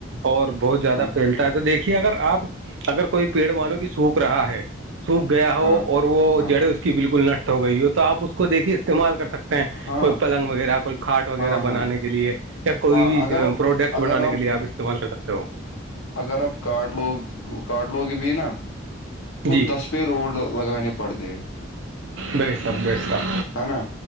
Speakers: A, on the right; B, on the left.
A: اور بہت زیادہ
B: ہاں
A: پھیلتا ہے تو دیکھیے اگر آپ اگر کوئی پیڑ مو کی سوکھ رہا ہے سوکھ گیا ہو
B: ہاں
A: اور وہ
B: ہاں
A: جڑیں اس کی بالکل نشٹ ہو گئی ہو تو آپ اس کو دیکھیے استعمال کر سکتے
B: ہاں
A: کوئی پلنگ وغیرہ کوئی کھاٹ وغیرہ
B: ہاں
A: بنانے
B: ہاں
A: کے لیے یا کوئی
B: ہاں
A: بھی
B: اگر آپ
A: پروڈکٹ
B: اگر
A: بنانے کے لیے آپ استعمال کر سکتے ہو
B: اگر آپ کاٹ لو کاٹ لو گے بھی نا تو
A: جی
B: دس پہ روڈ لگانے پڑتے ہیں
A: بیسک بیسک
B: ہے نا